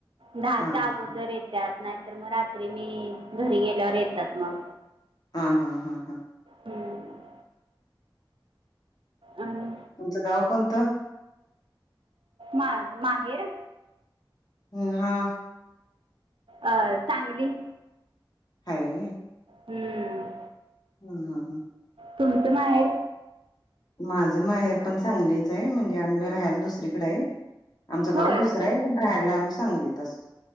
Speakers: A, on the right; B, on the left.
A: धाहाच्या
B: हा हा
A: अगोदर येत्यात नाइ तर मग रात्री मी घरी गेल्यावर येतात मग
B: हा हा हा हा.
A: हम्म. आहनि
B: तुमचं गाव कोणतं.
A: माज माहेर
B: हम्म हा.
A: अं सांगली.
B: हाय वय.
A: हम्म.
B: ह ह ह.
A: तुमच माहेर?
B: माज माहेर पण सांगलीचाय म्हणजे आमी राह्याला दुसरीकडाय. आमचं
A: होय
B: गाव दुसराए पण राहायला आमी सांगलीत असतोय.